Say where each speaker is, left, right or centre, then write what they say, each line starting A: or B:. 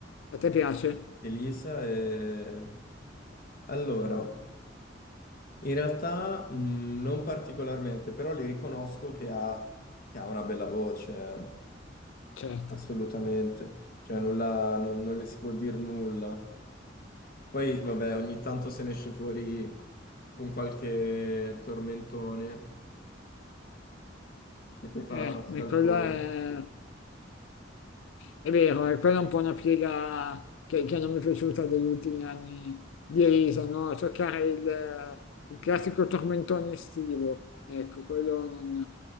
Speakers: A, on the left; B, on the left.
A: A te piace?
B: Elisa. eh, Allora, in realtà mh, non particolarmente, però le riconosco che ha, che ha una bella voce.
A: Certo.
B: Assolutamente, cioè nulla, non, non le si può dire nulla. Poi, vabbè, ogni tanto se ne esce fuori con qualche tormentone e poi fa
A: Eh,
B: scalpore.
A: ma quello è È vero, e quella è un po' una piega che, che non mi è piaciuta degli ultimi anni di Elisa, no? Cercare il, il classico tormentone estivo, ecco, quello non...